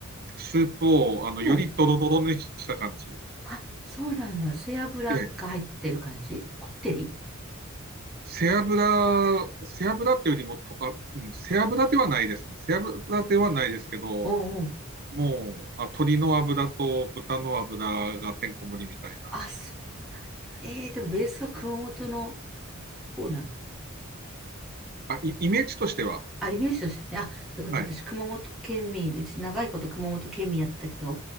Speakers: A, on the right (about 45°); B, in the centre.
A: スープを、あの、
B: うん。
A: よりドロドロにした感じ。
B: あ、そうなんだ。背脂が入ってる感じこってり
A: で、背脂、背脂っていうよりもと、あ、うん、背脂ではないですね。背脂ではないですけど、
B: うんうん。
A: もう、あ、鶏の油と豚の油がてんこ盛りみたいな。
B: あ、そうなんだ。ええー、でもベースは熊本の方なん
A: あ、イ、イメージとしては。
B: あ、イメージとしてね。あ、よかった。
A: はい。
B: 私、熊本県民です、長いこと熊本県民やったけど、